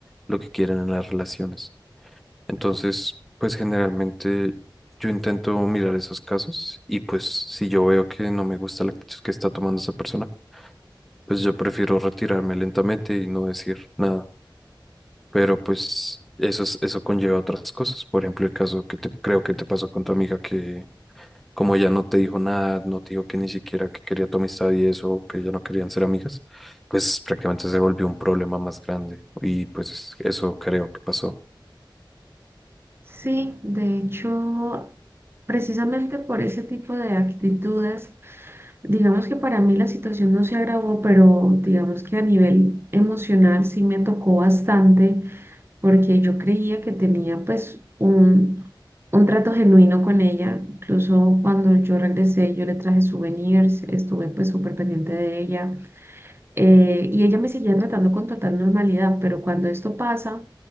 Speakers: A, in the centre; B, on the right.
A: lo que quieren en las relaciones. Entonces, pues generalmente yo intento mirar esos casos y pues si yo veo que no me gusta la actitud que está tomando esa persona, pues yo prefiero retirarme lentamente y no decir nada. Pero pues eso, es- eso conlleva otras cosas. Por ejemplo, el caso que te, creo que te pasó con tu amiga que como ella no te dijo nada, no te dijo que ni siquiera que quería tu amistad y eso, que ya no querían ser amigas, pues prácticamente se volvió un problema más grande y pues eso creo que pasó.
B: Sí, de hecho, precisamente por ese tipo de actitudes, digamos que para mí la situación no se agravó, pero digamos que a nivel emocional sí me tocó bastante porque yo creía que tenía pues un, un trato genuino con ella. Incluso cuando yo regresé, yo le traje souvenirs, estuve pues súper pendiente de ella eh, y ella me seguía tratando con total normalidad, pero cuando esto pasa,